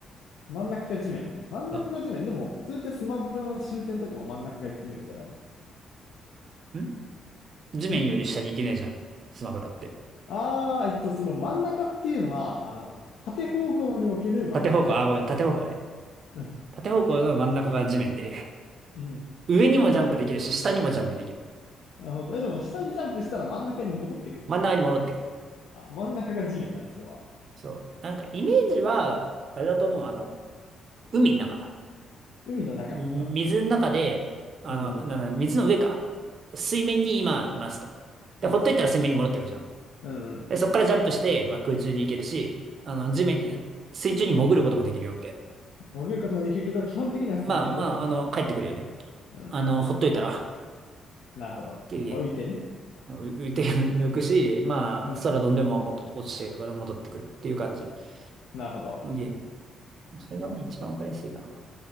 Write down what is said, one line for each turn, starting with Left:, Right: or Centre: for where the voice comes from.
Left: 真ん中が地面。真ん中が地面。
Right: あ
Left: でも、それってスマブラの終点とかも真ん中が地面じゃないの。
Right: ん地面より下に行けないじゃん。
Left: ん
Right: スマブラって。
Left: ああー、えっと、その真ん中っていうのは、あの、縦方向における真ん中が。
Right: 縦方向、あ、ごめん、縦方向ね。
Left: <laughs> うん
Right: 縦方向の真ん中が地面で、<laughs>
Left: うん。
Right: 上にもジャンプできるし、
Left: なるほど。
Right: 下にもジャンプできる。
Left: なるほど。え、でも、下にジャンプしたら真ん中に戻ってくる。
Right: 真ん中に戻ってくる。
Left: あ、真ん中が地面だね、それは。
Right: そう。なんかイメージは、あれだと思う。あの、海の中。
Left: 海の中。
Right: み水の中で、
Left: うん。
Right: あの、
Left: うんうん。
Right: なんだ、水の上か。水面に今いますと。で、
Left: います。
Right: ほっといたら水面に戻ってくるじゃん。
Left: うんうん。
Right: で、そこからジャンプして、まあ、空中に行けるし、あの、地面、水中に潜ることもできるよ、みたいな。
Left: 潜ることもできるけど、基本的には水面で戦う。
Right: まあまあ、あの、帰ってくるよね。
Left: うんうん
Right: あの、ほっといたら、っ
Left: なるほど。
Right: ていうゲー
Left: まあ、浮いてね。
Right: ム。う浮いて、浮くし、まあ、
Left: うん。
Right: 空飛んでもまあもっと落ちてるから戻ってくるっていう感じ
Left: なるほど。
Right: のゲーム。それがまあ一番わかりやすいかな。